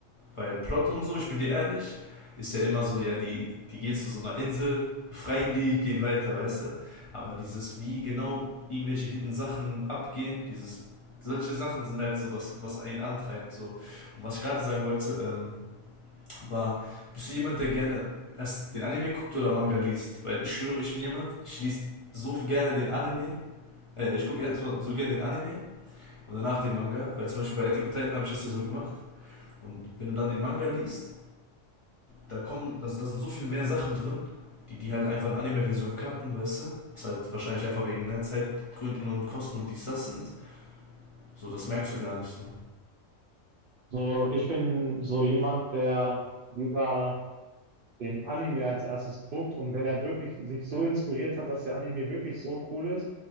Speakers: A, on the left; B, on the right.
A: Weil Plot und so, ich bin dir ehrlich, ist ja immer so, ja, die, die gehen zu so einer Insel, befreien die, gehen weiter, weißt du? Aber dieses, wie genau irgendwelche hidden Sachen abgehen, dieses, solche Sachen sind halt so das, was einen antreibt, so. Und was ich gerade sagen wollte, ähm, war, bist du jemand, der gerne erst den Anime guckt oder Manga liest? Weil ich schwöre, ich bin jemand, ich lese so viel gerne den Anime, äh, ich gucke erstmal so gerne den Anime und danach den Manga, weil zum Beispiel bei Attack on Titan habe ich das ja so gemacht. Und wenn du dann den Manga liest, da kommen, also da sind so viel mehr Sachen drin, die die halt einfach in Anime-Version cutten, weißt du? Was halt wahrscheinlich einfach wegen ne, Zeitgründen und Kosten und dies, das sind. So, das merkst du gar nicht so.
B: So, ich bin so jemand, der lieber den Anime als erstes guckt und wenn er wirklich sich so inspiriert hat, dass der Anime wirklich so cool ist